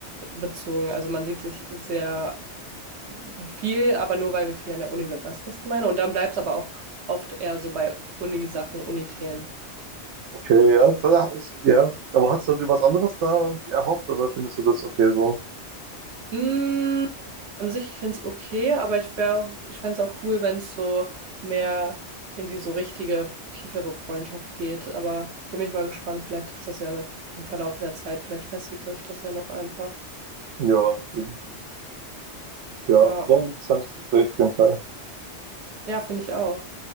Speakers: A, on the right (about 70°); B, on the right (about 85°).
A: bezogen. Also man sieht sich sehr viel, aber nur weil wir viel an der Uni sind, weißt du, was ich meine? Und dann bleibt es aber auch oft eher so bei Uni-Sachen, Uni-Themen.
B: Okay, ja, das hat- ist, ja. Aber hast du dir was anderes da erhofft oder findest du das okay so?
A: Mm, an sich, ich finde es okay, aber ich wäre auch, ich fände es auch cool, wenn es so mehr in die so richtige, tiefere Freundschaft geht. Aber da bin ich mal gespannt. Vielleicht ist das ja im Verlauf der Zeit, vielleicht festigt sich das ja noch einfach.
B: Ja, eben. Ja,
A: Ja,
B: war ein interessantes Gespräch auf jeden Fall.
A: ja, finde ich auch.